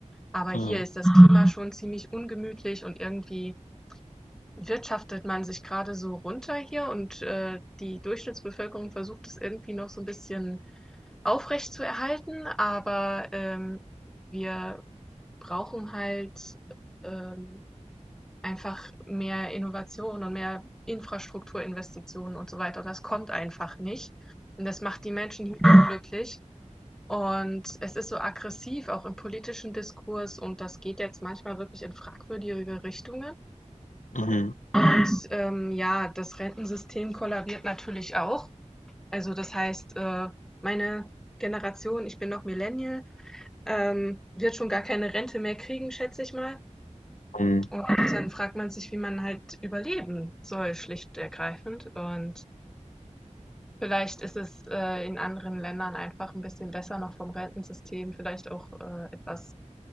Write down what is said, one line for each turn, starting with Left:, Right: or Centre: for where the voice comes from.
Centre: Aber hier
Left: mhm,
Centre: ist das Klima schon ziemlich ungemütlich und irgendwie wirtschaftet man sich gerade so runter hier und äh, die Durchschnittsbevölkerung versucht es irgendwie noch so ein bisschen aufrecht zu erhalten. Aber ähm, wir brauchen halt ähm, einfach mehr Innovation und mehr Infrastrukturinvestitionen und so weiter. Und das kommt einfach nicht. Und das macht die Menschen hier unglücklich. Und es ist so aggressiv, auch im politischen Diskurs. Und das geht jetzt manchmal wirklich in fragwürdige Richtungen.
Left: mhm,
Centre: Und ähm, ja, das Rentensystem kollabiert natürlich auch. Also das heißt, äh, meine Generation, ich bin noch Millennial, ähm, wird schon gar keine Rente mehr kriegen, schätze ich mal.
Left: mhm,
Centre: Und dann fragt man sich, wie man halt überleben soll, schlicht und ergreifend. Und vielleicht ist es äh, in anderen Ländern einfach ein bisschen besser noch vom Rentensystem, vielleicht auch äh, etwas